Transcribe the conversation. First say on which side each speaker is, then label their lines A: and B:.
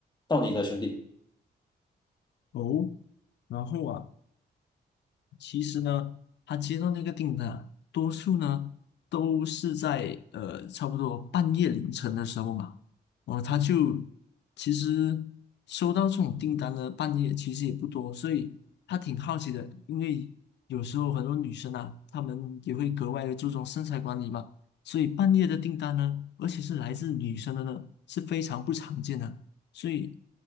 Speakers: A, on the left; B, on the left.
A: 到你了，兄弟。
B: 哦，然后啊，其实呢，他接到那个订单啊多数呢都是在呃差不多半夜凌晨的时候嘛，哦，他就其实收到这种订单呢，半夜其实也不多，所以他挺好奇的，因为有时候很多女生啊，她们也会格外的注重身材管理嘛，所以半夜的订单呢，而且是来自女生的呢，是非常不常见的，所以。